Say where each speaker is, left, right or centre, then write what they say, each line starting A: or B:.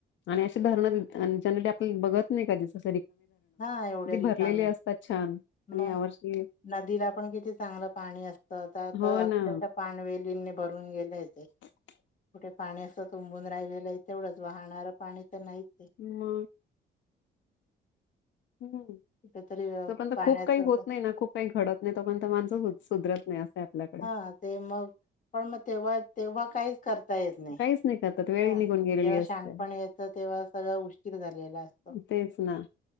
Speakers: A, on the left; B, on the left.
A: आणि अशी धरण जन आपल्याला बघत नाही का जस
B: हा एवढ्या
A: क
B: रिकामे
A: भरलेली असतात छान वर्षी
B: मग नदीला पण किती चांगलं पाणी असतं त्यात
A: हो
B: अक्षरच्या
A: ना
B: पाणवेलींने भरून गेलेचे
A: <inaudible>
B: कुठे पाणी असं तुंबून राहिलेलं आहे तेवढंच वाहणारं पाणी तर नाही ते
A: मग हम्म
B: कुठेतरी अ,
A: तोपर्यंत
B: पाण्याचं
A: खूप काही होत
B: असं-
A: नाही ना खूप काही घडत नाही तोपर्यंत माणसं सुधरत नाही आहे आपल्याकडे.
B: हा ते मग पण मग तेव्हा तेव्हा काहीच करता येत नाही
A: काहीच करतात वेळ
B: हा
A: निघून गेलेली
B: जेव्हा
A: असते.
B: शांगपण येतं तेव्हा सगळं उशीशीर झालेला असतो
A: तेच ना